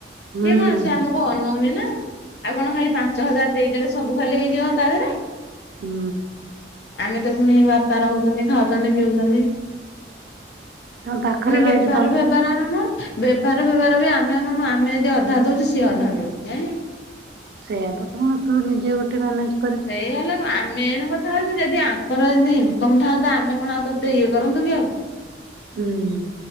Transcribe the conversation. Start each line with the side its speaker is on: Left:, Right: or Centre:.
Right: ହୁଁ।
Left: ସିଏ କଣ ସିଏ ଆମକୁ ଅନଉନି ନା। ଆଉ କଣ ଖାଲି ପାଞ୍ଚ ହଜାର ଦେଇଦେଲେ ସବୁ ଭଲ ହେଇଯିବ ତା ଦେହରେ।
Right: ହୁଁ।
Left: ଆମେ ତ ପୁଣି ବାପା ରହୁଚନ୍ତି, ଖାଉଚନ୍ତି, ପିଉଚନ୍ତି।
Right: ତମ ପାଖରେ
Left: ପୁଣି
Right: ରହିକି
Left: ବେଭାର,
Right: ତମେ
Left: ଫେବା ଜାଣନା ବେଭାରର ଫେବାର ବି ଆମେ ଆଣୁନୁ। ଆମେ ଯଦି ଅଧା ଦଉଚୁ ସିଏ ଅଧା ଦଉଚି ଜାଣିଲ।
Right: ସେଇୟା ତ କଣ ତୁ ନିଜେ ଗୋଟେ ମେନେଜ
Left: ସେଇ ହେଲା ଆ, ମେନ କଥା ହଉଚୁ ଯଦି ଆଙ୍କର ଏମିତି ଇନକମ୍ ଥାଆନ୍ତା ଆମେ କଣ ଆଉ ତୋତେ ଇଏ କରନ୍ତୁ କି ଆଉ।
Right: ହୁଁ